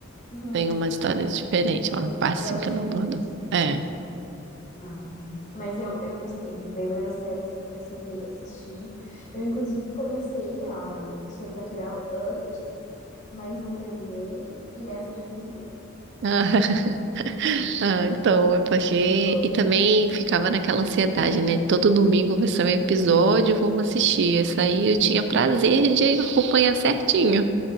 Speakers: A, on the left; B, on the right.
A: Uhum,
B: Tem umas histórias diferentes, uma
A: tem,
B: parte
A: dá
B: assim
A: uma
B: que
A: diferença.
B: não abordou. É.
A: Ah, Mas eu, eu gostei. Foi uma das séries assim, que eu sentei e assisti. Eu, inclusive, comecei a Sobrenatural antes, mas não terminei. E essa eu já terminei.
B: <laughs> Ah, então, é porque.
A: Muito bom.
B: E também ficava naquela ansiedade, né? Todo domingo vai ser um episódio, vamos assistir. Esse aí eu tinha prazer de acompanhar certinho.